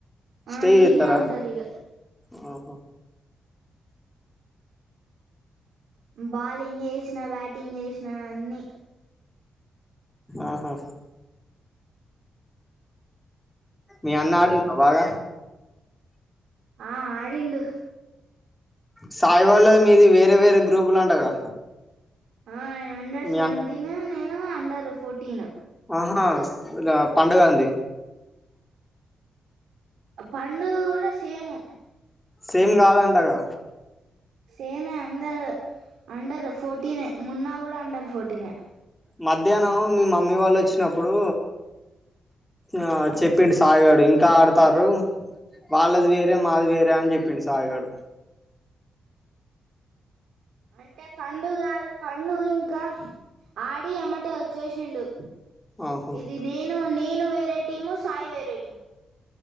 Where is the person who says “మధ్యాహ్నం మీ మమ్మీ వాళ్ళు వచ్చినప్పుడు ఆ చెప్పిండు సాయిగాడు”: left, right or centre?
Centre